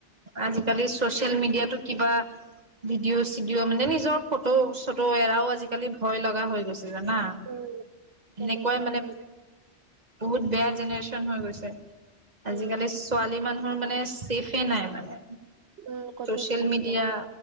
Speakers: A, on the right (about 40°); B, on the right (about 60°).
A: আজিকালি ছচিয়েল মিডিয়াতো কিবা ভিডিঅ'-চিডিঅ' মানে নিজৰ ফটো-চটো এৰাও আজিকালি ভয় লগা হৈ গৈছে। জানা,
B: উম কেনেকুৱা
A: এনেকুৱাই মানে
B: হৈ গল।
A: বহুত বেয়া জেনেৰেশ্যন হৈ গৈছে। আজিকালি
B: উম
A: ছোৱালী মান মোৰ মানে ছেইফে নাই মানে।
B: উম ক'তো
A: ছচিয়েল
B: ছেফ
A: মিডিয়া
B: নাই